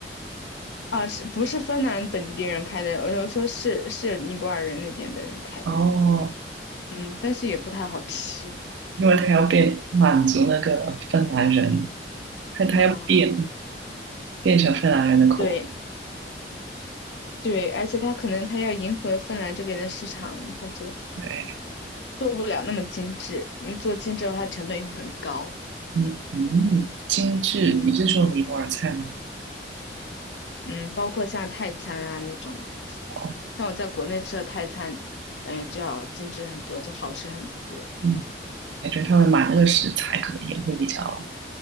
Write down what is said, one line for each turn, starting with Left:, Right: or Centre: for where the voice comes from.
Left: 啊，是不是芬兰本地人开的？我就说是是尼泊尔人那边的人开的。
Right: 了。哦，
Left: 嗯，但是也不太好吃。
Right: 因为他要变满足那个芬兰人，他他要变
Left: 嗯，
Right: 变成芬兰人的口味。
Left: 对对，而且他可能他要迎合芬兰这边的市场，他就
Right: 对，
Left: 做不了那么精致，因为做精致的话成本又很高。
Right: 嗯嗯，精致。
Left: 嗯。
Right: 你是说尼泊尔菜吗？
Left: 嗯，包括像泰餐啊那种，
Right: 哦，
Left: 像我在国内吃的泰餐，感觉就要精致很多，就好吃很多。
Right: 嗯，感觉他们买那个食材可能也会比较